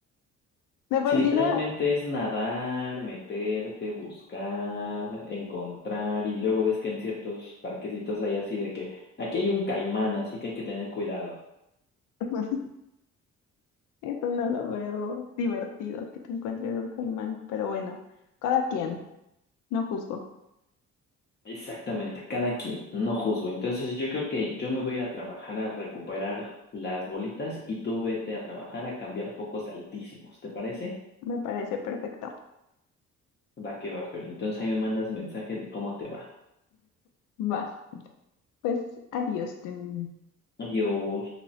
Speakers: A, on the left; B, on the left.
A: De por
B: Si literalmente
A: sí nada.
B: es nadar, meterte, buscar, encontrar, y luego ves que en ciertos parquecitos hay así de que aquí hay un caimán, así que hay que tener cuidado.
A: <laughs> Eso no lo veo divertido que te encuentres un caimán. Pero bueno, cada quien. No juzgo.
B: Exactamente, cada quien, no juzgo. Entonces yo creo que yo me voy a ir a trabajar a recuperar las bolitas y tú vete a trabajar a cambiar focos altísimos, ¿te parece?
A: Me parece perfecto.
B: Va que va, Fer. Entonces ahí me mandas mensaje de cómo te va.
A: Va. Pues adiós, Tony.
B: Adiós.